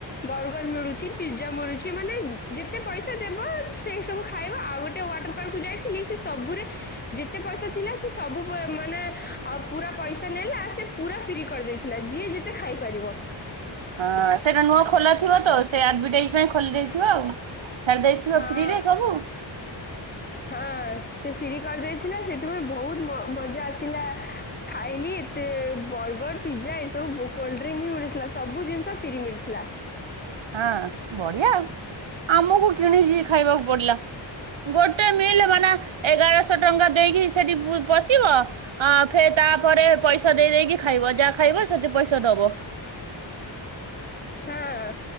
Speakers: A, on the left; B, on the right.
A: ବର୍ଗର ମିଳୁଛି ପିଜ୍ଜା ମିଳୁଛି। ମାନେ ଯେତେ ପଇସା ଦେବ ସେ ସବୁ ଖାଇବ। ଆଉ ଗୋଟେ ୱାଟର ପାର୍କକୁୁ ଯାଇଥିଲି ସେ ସବୁରେ ଯେତେ ପଇସା ଥିଲା ସେ ସବୁ ପ ମାନେ ପୁରା ପଇସା ନେଲା ସେ ପୁରା ଫ୍ରି କରିଦେଇଥିଲା ଯିଏ ଯେତେ ଖାଇପାରିବ।
B: ହଁ ସେଟା ନୂଆ ଖୋଲା ଥିବ ତ ସେ ଆଡଭର୍ଟାଇଜ ପାଇଁ ଖୋଲି ଦେଇଥିବ ଆଉ। ଛାଡି ଦେଇଥିବ
A: ହଁ
B: ଫ୍ରିରେ ସବୁ
A: ହଁ ସେ ଫ୍ରି କରିଦେଇଥିଲା ସେଥିପାଇଁ ବହୁତ ମ ମଜା ଆସିଲା ଖାଇଲି ଏତେ ବର୍ଗର ପିଜ୍ଜା ଏ ସବୁ ବ କୋଲ୍ଡ୍ରିଙ୍କ ବି ମିଳୁଥିଲା ସବୁ ଜିନିଷ ଫ୍ରି ମିଳିଥିଲା।
B: ହଁ ବଢିଆ ଆଉ ଆମକୁ କିଣିକି ଖାଇବାକୁ ପଡିଲା। ଗୋଟେ ମିଲ୍ ମାନେ ଏଗାରଶହ ଟଙ୍କା ଦେଇକି ସେଠି ପଶିବ ଅଁ ଫେର ତାପରେ ପଇସା ଦେଇ ଦେଇ ଦେଇେକି ଖାଇବ ଯାହା ଖାଇବ ସେଠି ପଇସା ଦବ।
A: ହଁ